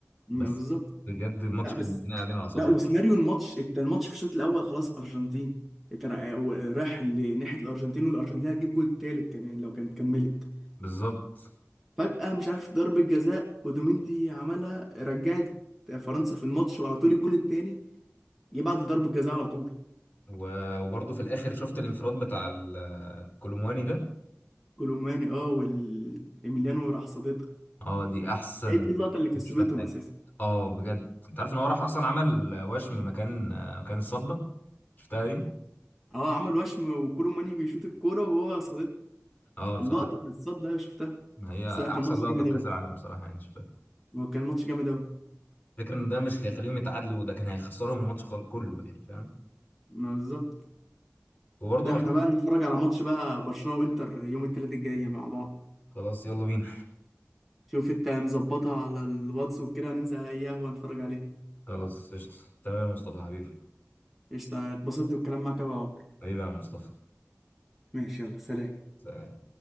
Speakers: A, in the centre; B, on the left.
A: ما
B: بس
A: بالظبط
B: بجد الماتش
A: لا
B: كان
A: بس
B: مخلينا قاعدين على اعصابنا
A: لا وسيناريو الماتش الت- الماتش في الشوط الأول خلاص أرجنتين اتر- راح لناحية الأرجنتين والأرجنتين هتجيب جول تالت كمان لو كانت كملت
B: بالظبط
A: فجأة مش عارف ضربة جزاء ودومينتي عملها رجعت فرنسا في الماتش وعلى طول الجول التاني جه بعد ضربة جزاء على طول
B: و- وبرضه في الاخر شفت الانفراد بتاع ال- الكولومواني ده
A: كولوماني اه وال- إيميليانو راح صاددها
B: اه دي احسن
A: هي دي اللقطة اللي كسبتهم
B: شفتها في حياتي
A: أساسا
B: اه بجد انت عارف ان هو راح اصلا عمل وشم مكان مكان الصدى شفتها دي
A: اه عمل وشم وكولو ماني بيشوط الكورة وهو صادته
B: اه بصراحه
A: اللقطة بتاعت الصد أيوة شفتها
B: ما هي
A: بس
B: احسن
A: لا كان ماتش
B: لقطه
A: جامد
B: في
A: أوي
B: كاس العالم بصراحه يعني شفتها
A: هو كان ماتش جامد أوي
B: فكرة ان ده مش هيخليهم يتعادلوا ده كان هيخسرهم الماتش خل- كله يعني فاهم
A: ما بالظبط
B: وبرضه
A: لا
B: مارتينيز
A: احنا بقى نتفرج على ماتش بقى برشلونة وإنتر يوم التلات الجاي مع بعض
B: خلاص يلا بينا
A: شوف انت مظبطها على الواتس وكده ننزل أي قهوة نتفرج عليه
B: خلاص قشطة تمام يا مصطفى حبيبي
A: قشطة اتبسطت بالكلام معاك أوي يا عمر
B: حبيبي يا عم مصطفى
A: ماشي يلا سلام
B: سلام.